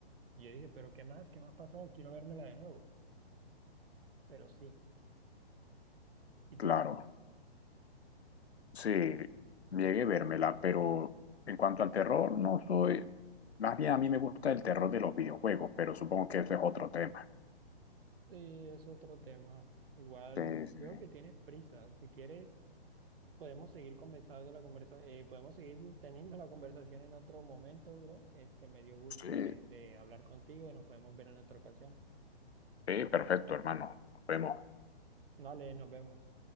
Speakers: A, on the right; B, on the left.
A: Y yo dije, pero ¿qué más? ¿Qué más pasó? Quiero vérmela de nuevo. Pero sí. ¿Y
B: Claro,
A: tú?
B: sí, llegué a vérmela, pero en cuanto al terror, no soy. Más bien a mí me gusta el terror de los videojuegos, pero supongo que ese es otro tema.
A: Sí, es otro tema. Igual
B: Sí,
A: veo
B: sí,
A: que tienes prisa. Si quieres, podemos seguir conversando la conversa, eh, podemos seguir teniendo la conversación en otro momento, bro. Este, me dio gusto
B: sí,
A: de, de hablar contigo y nos podemos ver en otra ocasión.
B: sí, perfecto, hermano. Nos vemos.
A: Dale, nos vemos.